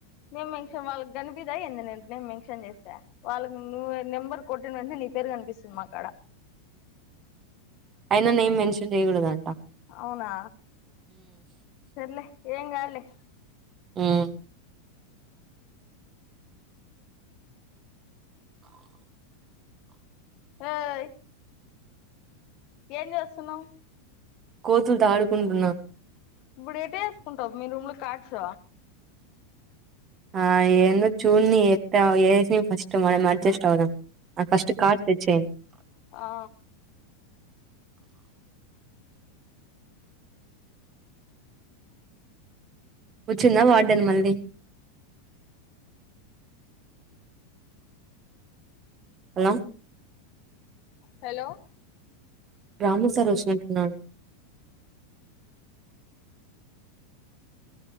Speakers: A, on the left; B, on the right.
A: మే మెన్షన్ వాళ్ళకి కనిపిదా ఏంది నేమ్ మెన్షన్ చేస్తే వాళ్ళకి నువ్ నెంబర్ కొట్టిన వెంటనే నీ పేరు కనిపిస్తుంది మా కాడ
B: అయినా నేమ్ మెన్షన్ చేయకూడదు అంటా
A: అవునా సర్లే ఏంగ్ కాదులే
B: మ్మ్మ్మ్
A: ఓయ్ ఏం చేసున్నావ్
B: కోతులుతో ఆడుకుంటున్నా.
A: ఇప్పుడు ఎట్టె వేసుకుంటావు మీ రూమ్ లో కాట్స్
B: ఆ ఏందో చూడ్ని ఎత్త ఏసినా ఫస్ట్ మనం అడ్జస్ట్ అవుదాం ఆ ఫస్ట్ కార్ట్ తెచ్చేయ్
A: ఆ
B: వచ్చిందా వార్డెన్ మళ్ళీ హలో
A: హలో
B: రాము సార్ వచ్చినట్టున్నాడు